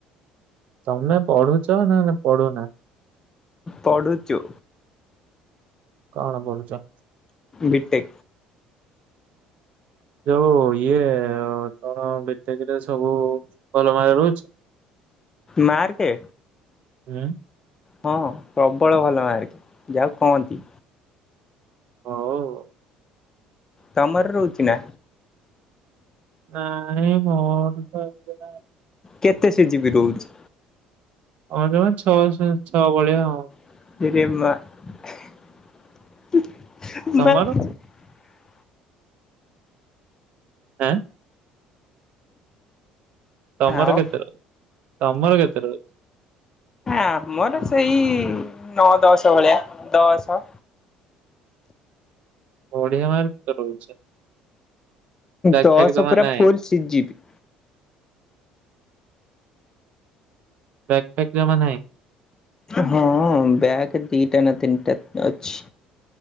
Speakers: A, on the right; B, on the left.
A: ତମେ ପଢୁଛ ନା ପଢ଼ୁ ନା
B: ପଡ଼ୁଚୁ
A: କାଣ ପଡୁଛ
B: ମିଟେ
A: ଯଉ ଇଏ ଆ ତ ଭଟକିରେ ସବୁ ଭଲ ମାର ରହୁଛି
B: ମାର୍କେ
A: ହୁଁ।
B: ହଁ ପ୍ରବଳ ଭଲ ମାର୍କେ ଯାହାକୁ କହନ୍ତି।
A: ହଉ
B: ତମର ରହୁଛି ନା?
A: ନାଇ ମୋର <unintelligible>
B: କେତେ ସ ଯିବି ରହୁଛି?
A: ହ ଜମା ଛଅ ଛଅ ଭଳିଆ ଆଉ।
B: <unintelligible> <unintelligible>
A: ତମର? ଆଁ। ତମର
B: ଆଉ
A: କେତେ ରହୁଛି ତମର କେତେ ରହୁଛି?
B: ଆମର ସେଇ ନଅ ଦଶ ଭଳିଆ ଦଶ।
A: ଓଡ଼ିଆ ମାର୍କ କେତେ ରହୁଛି। ବ୍ୟାଗଫ୍ୟାଗ
B: ଦଶ
A: ଜମା
B: ପୁରା
A: ନାହିଁ।
B: ଫୁଲ ସି ଯିବି।
A: ବ୍ୟାକ ଫ୍ୟାକ ଜମା ନାହିଁ?
B: ହଁ ବ୍ୟାକ ଦିଟା ନା ତିନିଟା ଅଛି।